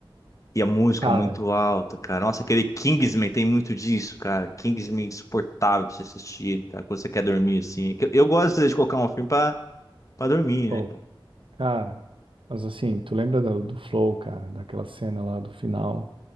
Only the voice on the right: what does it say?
Cara,
ô.
Cara, mas assim, tu lembra do, do Flow, cara, daquela cena lá do final